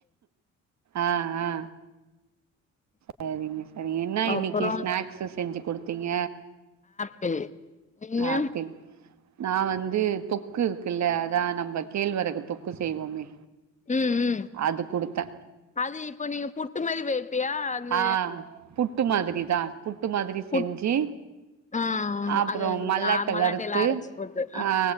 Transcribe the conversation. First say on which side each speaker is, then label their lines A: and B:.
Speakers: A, on the right; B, on the left.
A: ஆ ஆ செரிங்க செரி என்ன இன்னைக்கு
B: அப்புறோ
A: ஸ்நாக்ஸ் செஞ்சு குடுத்தீங்க
B: ஆப்பிள் நீங்க
A: ஆப்பிள் நான் வந்து தொக்கு இருக்குல்ல அதான் நம்ம கேழ்வரகு தொக்கு செய்வோமே
B: ம் ம்
A: அது குடுத்தே
B: அது இப்ப நீங்க புட்டு மாதிரி வெய்ப்பியா அந்த
A: ஆ புட்டு <unintelligible> புட்டு மாதிரி
B: புட்
A: செஞ்சு
B: ஆ
A: அப்பறோம்
B: அது
A: மல்லாட்ட
B: அது மல்லாட்டைலா
A: வறுத்து
B: அரச்சு போட்டு
A: ஆ